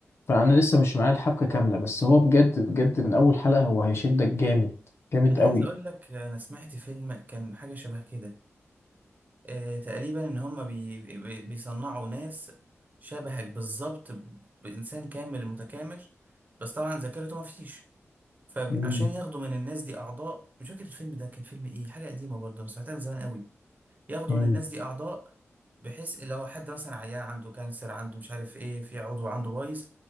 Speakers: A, on the left; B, on the right.
A: فانا لسه مش معايا الحبكه كامله بس هو بجد بجد من اول حلقه هو هيشدك جامد جامد
B: انا عايز
A: قوي
B: اقول لك انا سمعت فيلم كان حاجه شبه كده آه، تقريبا ان هم بي بي- بيصنعوا ناس شبهك بالظبط بانسان كامل متكامل بس طبعا ذاكرته ما فيش فعشان
A: مم.
B: ياخدوا من الناس دي اعضاء مش فاكر الفيلم ده كان فيلم ايه حاجه قديمه برضه أنا سمعتها من زمان قوي ياخدوا
A: مم.
B: من الناس دي اعضاء بحيث لو حد مثلا عيان عنده كانسر عنده مش عارف ايه في عضو عنده بايظ